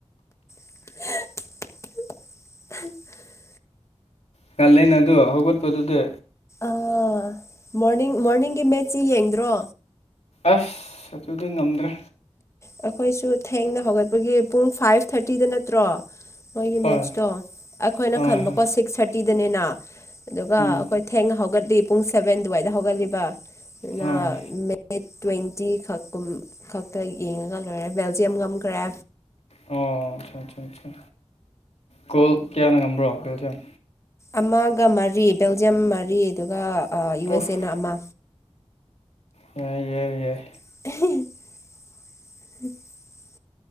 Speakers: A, on the left (about 25°); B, on the left (about 80°).
A: <unintelligible>
B: ꯉꯥꯂꯤꯅꯗꯨ ꯍꯧꯒꯠꯄꯗꯨꯗꯤ꯫
A: ꯑꯥ ꯃꯣꯔꯅꯤꯡ ꯃꯣꯔꯅꯤꯡꯒꯤ ꯃꯦꯠꯁꯤ ꯌꯦꯡꯗ꯭ꯔꯣ꯫
B: ꯑꯁ ꯑꯗꯨꯗꯤ ꯉꯝꯗ꯭ꯔꯦ꯫
A: ꯑꯩꯈꯣꯏꯁꯨ ꯊꯦꯡꯅ ꯍꯧꯒꯠꯄꯒꯤ ꯄꯨꯡ ꯐꯥꯏꯚ ꯊꯥꯔꯇꯤꯗ ꯅꯠꯇ꯭ꯔꯣ꯫ ꯃꯣꯏꯒꯤ
B: ꯍꯣꯏ
A: ꯃꯦꯠꯁꯇꯣ ꯑꯩꯈꯣꯏꯅ
B: ꯍꯣꯏ
A: ꯈꯟꯕꯀꯣ
B: ꯍꯣꯏ
A: ꯁꯤꯛꯁ ꯊꯥꯔꯇꯤꯗꯅꯦꯅ ꯑꯗꯨꯒ
B: ꯎꯝ
A: ꯑꯩꯈꯣꯏ ꯊꯦꯡꯅ ꯍꯧꯒꯠꯂꯤ ꯄꯨꯡ ꯁꯕꯦꯟ ꯑꯗꯨꯋꯥꯏꯗ ꯍꯧꯒꯠꯂꯤꯕ ꯑꯗꯨꯅ
B: ꯍꯣꯏ
A: ꯃ‌ꯦ ꯃꯦꯠ ꯇ꯭ꯋꯦꯟꯇꯤ ꯈꯛꯀꯨꯝ ꯈꯛꯇ ꯌꯦꯡꯉꯒ ꯂꯣꯏꯔ‌ꯦ ꯕꯦꯜꯖꯤꯌꯝ ꯉꯝꯈ꯭ꯔꯦ꯫
B: ꯑꯣ ꯑꯆꯥ ꯑꯆꯥ ꯑꯆꯥ ꯀꯣꯜ ꯀꯌꯥꯅ ꯉꯝꯕ꯭ꯔꯣ ꯕ‌ꯦꯜꯖꯤꯌꯝ꯫
A: ꯑꯃꯒ ꯃꯔꯤ ꯕꯦꯜꯖꯤꯌꯝ ꯃꯔꯤ ꯑꯗꯨꯒ ꯌꯨ ꯑꯦꯁ
B: ꯑꯣꯐ
A: ꯑꯦꯅ ꯑꯃ
B: ꯌꯥ ꯌꯥꯏ ꯌꯥꯏ
A: <unintelligible>